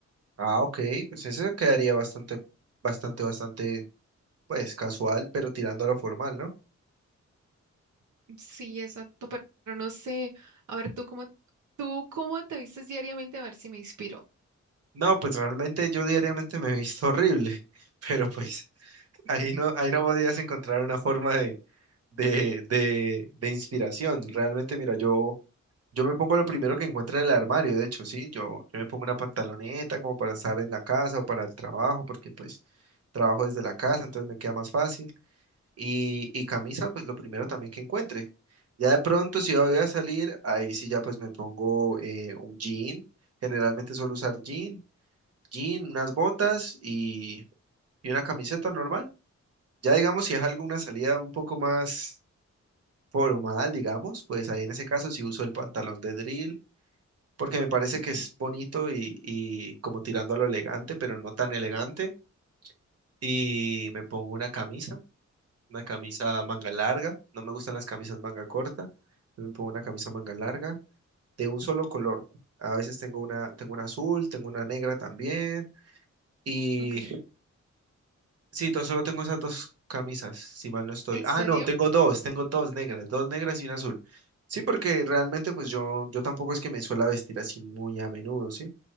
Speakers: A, on the right (about 55°); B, on the right (about 80°).
A: Ah, ok. Pues ese quedaría bastante, bastante, bastante, pues casual, pero tirando a lo formal, ¿no?
B: Sí, exacto, pero, pero no sé. A ver, tú cómo, tú cómo te vistes diariamente, a ver si me inspiro.
A: No, pues realmente yo diariamente me he visto horrible, <laughs> pero pues ahí no, ahí no podrías encontrar una forma de, de, de, de inspiración. Realmente, mira, yo... Yo me pongo lo primero que encuentre en el armario, de hecho, sí, yo, yo me pongo una pantaloneta como para estar en la casa o para el trabajo, porque pues trabajo desde la casa, entonces me queda más fácil. Y, y camisa, pues lo primero también que encuentre. Ya de pronto, si voy a salir, ahí sí ya pues me pongo eh, un jean, generalmente suelo usar jean, jean, unas botas y, y una camiseta normal. Ya digamos, si es alguna salida un poco más formal, digamos, pues ahí en ese caso sí uso el pantalón de drill porque me parece que es bonito y, y como tirando a lo elegante, pero no tan elegante. Y me pongo una camisa, una camisa manga larga. No me gustan las camisas manga corta. Me pongo una camisa manga larga de un solo color. A veces tengo una, tengo una azul, tengo una negra también. Y
B: Ok,
A: sí, to- solo tengo esas dos camisas, si mal no estoy.
B: ¿en
A: Ah,
B: serio?
A: no, tengo dos, tengo dos negras, dos negras y una azul. Sí, porque realmente pues yo, yo tampoco es que me suela vestir así muy a menudo, ¿sí?